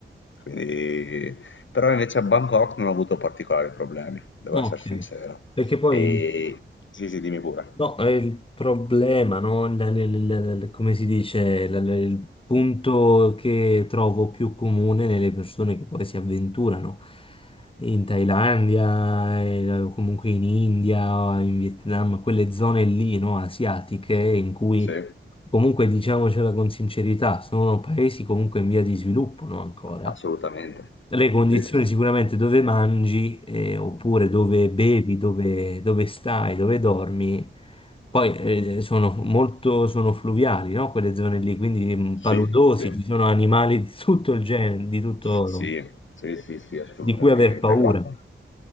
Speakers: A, on the left; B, on the left.
A: Quindi... Però invece a Bangkok non ho avuto particolari problemi, devo
B: Ok.
A: essere sincero.
B: Perché poi
A: E... Sì, sì, dimmi pure.
B: No, è il problema, no? Il- il- il- il- come si dice, il, il- il punto che trovo più comune nelle persone che poi si avventurano in Thailandia, eh, o comunque in India, o in Vietnam, quelle zone lì, no? Asiatiche, in cui
A: Sì,
B: comunque diciamocela con sincerità, sono paesi comunque in via di sviluppo, no? Ancora
A: assolutamente.
B: le condizioni
A: Sì, sì,
B: sicuramente dove mangi, eh, oppure dove bevi, dove, dove stai, dove dormi, poi eh, sono molto sono fluviali, no? Quelle zone lì, quindi mh,
A: sì.
B: paludosi,
A: sì.
B: ci sono animali di tutto il genere, di tutto,
A: Sì, sì, sì, sì, assolutamente.
B: di cui aver paura.
A: Guarda.